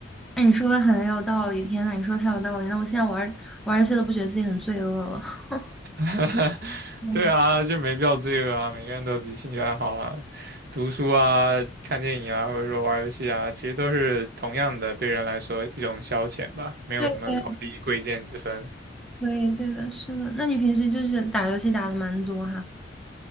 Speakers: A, in the centre; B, on the right (about 55°).
A: 那你说的很有道理，天呐，你说的太有道理，那我现在玩儿玩儿游戏都不觉得自己很罪恶了。<laughs>
B: <laughs>
A: 嗯，
B: 对啊，就没必要罪恶啊，每个人都有自己兴趣爱好啊，读书啊、看电影啊，或者说玩儿游戏啊，其实都是同样的，对人来说一种消遣吧，没有什么高低贵贱之分
A: 对对对对的，是的。那你平时就是打游戏打的蛮多哈，